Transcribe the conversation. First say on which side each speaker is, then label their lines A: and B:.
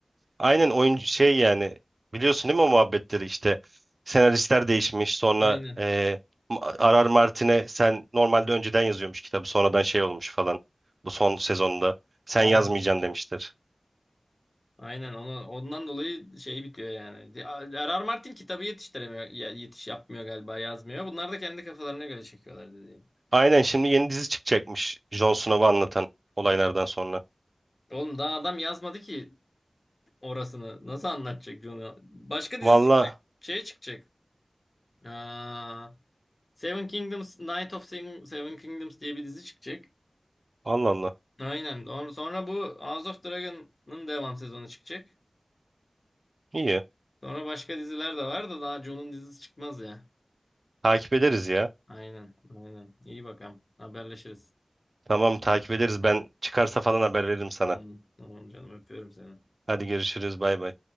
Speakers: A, on the right; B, on the left.
A: Aynen oyuncu şey yani biliyorsun değil mi o muhabbetleri işte senaristler değişmiş sonra
B: Aynen.
A: e, Arar Martin'e sen normalde önceden yazıyormuş kitabı sonradan şey olmuş falan bu son sezonda sen
B: Ya
A: yazmayacaksın
B: Aynen.
A: demiştir.
B: Aynen onu ondan dolayı şey bitiyor yani. R.R. Martin kitabı yetiştiremiyor, ya- yetiş yapmıyor galiba yazmıyor. Bunlar da kendi kafalarına göre çekiyorlar dediğim.
A: Aynen şimdi yeni dizi çıkacakmış Jon Snow'u anlatan olaylardan sonra.
B: Oğlum daha adam yazmadı ki Orasını nasıl anlatacak John'u? Başka dizi
A: Valla
B: çıkacak. Şey çıkacak. Aa, Seven Kingdoms, Night of Seven, Seven Kingdoms diye bir dizi çıkacak.
A: Allah Allah
B: Aynen. On- Sonra bu House of Dragon'ın devam sezonu çıkacak.
A: iyi
B: Sonra başka diziler de var da daha John'un dizisi çıkmaz ya.
A: takip ederiz ya.
B: Aynen. Aynen. İyi bakalım. Haberleşiriz.
A: Tamam takip ederiz. Ben çıkarsa falan haber veririm sana.
B: Tamam. Tamam canım öpüyorum seni.
A: Hadi görüşürüz. Bay bay.